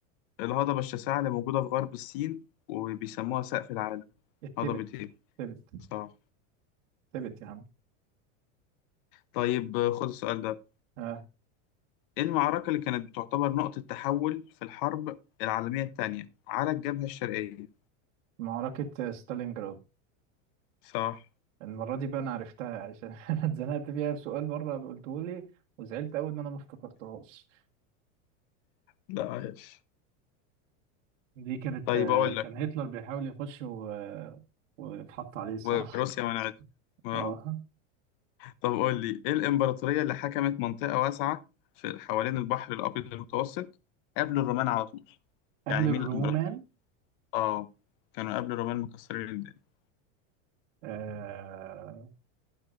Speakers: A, on the left (about 45°); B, on the right (about 70°).
A: الهضبة الشاسعة اللي موجودة في غرب الصين وبيسموها سقف العالم
B: التبت
A: هضبة إيه؟
B: تبت
A: صح
B: تبت يا عم
A: طيب آه، خد السؤال ده
B: آه.
A: إيه المعركة اللي كانت بتعتبر نقطة تحول في الحرب العالمية الثانية على الجبهة الشرقية
B: معركة ستالينجراد
A: صح
B: المرة دي بقى أنا عرفتها عشان <laughs> أنا اتزنقت فيها سؤال بره قلته لي وزعلت أوي إن أنا ما افتكرتهاش
A: لا عايش
B: دي كانت
A: طيب
B: آه،
A: أقول
B: كان
A: لك
B: هتلر بيحاول يخش و... واتحط عليه الصراحة
A: وروسيا منعته آه.
B: اه
A: طب قول لي إيه الإمبراطورية اللي حكمت منطقة واسعة في حوالين البحر الأبيض المتوسط قبل الرومان على طول
B: قبل
A: يعني مين
B: الرومان
A: الإمبراطورية آه كانوا قبل الرومان مكسرين الدنيا
B: آه